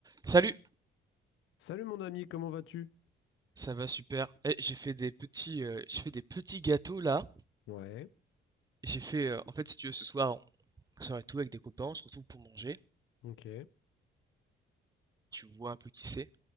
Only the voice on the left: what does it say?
Salut mon ami, comment vas-tu?
Ouais,
ok.